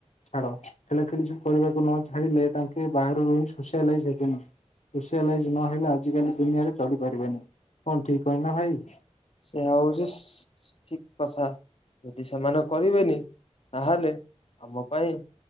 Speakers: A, on the left; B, on the left.
A: ଛାଡ ଖେଳା ଖେଳି କରିବାକୁ ନ ଛାଡିଲେ ତାଙ୍କେ ବାହାରୁ ରହି ସୋସିଆଲାଇଜ୍ ହେବେନି। ସୋସିଆଲାଇଜ୍ ନହେଲେ ଆଜିକାଲି ଦୁନିଆରେ ଚଲିପାରିବେନି। କଣ ଠିକ୍ କହିଲି ନା ଭାଇ?
B: ସେଆ ହୋଉଚି ସିସ୍ ଠିକ୍ କଥା। ଯଦି ସେମାନେ କରିବେନି ତାହେଲେ ଆମ ପାଇଁ